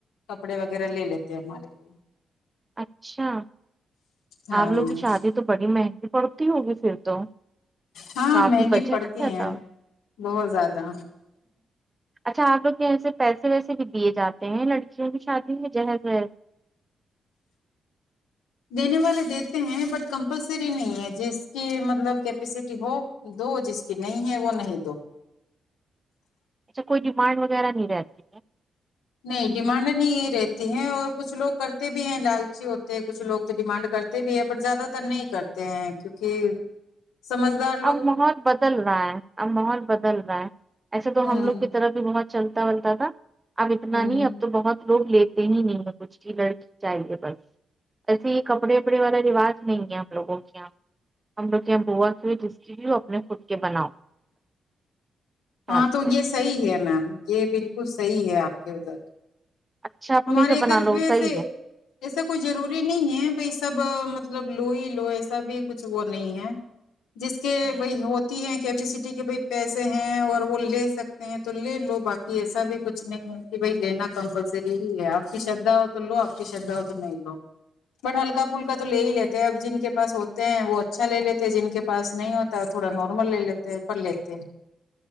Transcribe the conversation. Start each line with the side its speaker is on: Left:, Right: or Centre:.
Left: کپڑے وغیرہ لے لیتے ہیں ہمارے لیے
Right: اچھا
Left: ہاں
Right: آپ لوگوں کی شادی تو بڑی مہنگی پڑتی ہوگی پھر تو
Left: ہاں
Right: کافی
Left: مہنگی
Right: بجٹ
Left: پڑتی
Right: رہتا
Left: ہیں
Right: ہو
Left: بہت زیادہ
Right: اچھا آپ لوگ یہاںس سے پیسے ویسے بھی دیے جاتے ہیں لڑکیوں کی شادی میں جہیز وہیز
Left: دینے والے دیتے ہیں بٹ کمپلسری نہیں ہے جس کی مطلب کیپیسٹی ہو دو جس کی نہیں ہے وہ نہیں دو
Right: اچھا کوئی ڈیمانڈ وغیرہ نہیں رہتی
Left: نہیں ڈیمانڈ نہیں رہتی ہے اور کچھ لوگ کرتے بھی ہیں لالچی ہوتے کچھ لوگ تو ڈیمانڈ کرتے بھی ہے پر زیادہ تر نہیں کرتے ہیں کیونکہ سمجھگار
Right: اب ماحول بدل رہا ہے اب ماحول بدل رہا ہے ایسے تو
Left: ہوں
Right: ہم لوگ کی طرف بھی بہت چلتا بلتا تھا اب اتنا
Left: ہوں
Right: نہیں اب تو بہت لوگ لیتے دین ہی نہیں ہے کچھ کی لڑک چاہیے بس ایسے ہی کپڑے وپڑے والا رواج نہیں ہے ہم لوگوں کے یہاں ہم لوگ کے یہاں بو پھر جس کے بھی ہو اپنے خود کے بناؤ شادی
Left: ہاں تو
Right: میں
Left: یہ صحیح ہے میم یہ بالکل صحیح ہے آپ کے ادھر
Right: اچھا اپنے
Left: ہمارے
Right: سے
Left: ادھر
Right: بنا لو
Left: بھی ایسے
Right: صحیح
Left: ایسا کوئی ضروری نہیں ہے بائی سب مطلب لو ہی لو ایسا بھی کچھ وہ نہیں ہے جس کے
Right: ہے
Left: وہی ہوتی ہے کیپیسٹی کے ب پیسے ہیں اور وہ لے سکتے ہیں تو لے لو باقی ایسا بھی کچھ نہیں ہے کہ بھائی لینا کمپلسری ہی ہے آپ کی شردھا ہو تو لو آپ کی شردھا ہو تو نہیں لو بٹ ہلکا پھلکا تو لے ہی لیتے ہیں اب جن کے پاس ہوتے ہیں وہ اچھا لے لیتے جن کے پاس نہیں ہو تا ہ تھوڑا نارمل لے لیتے ہے پر لیتے ہیں